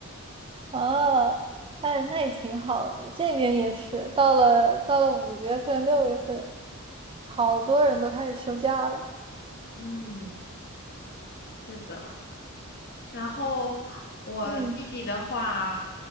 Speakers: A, on the right; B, on the left.
A: 啊，哎，那也挺好的。这边也是，到了到了五月份、六月份，好多人都开始休假了。
B: 嗯，对的。然后我弟弟的话，
A: 嗯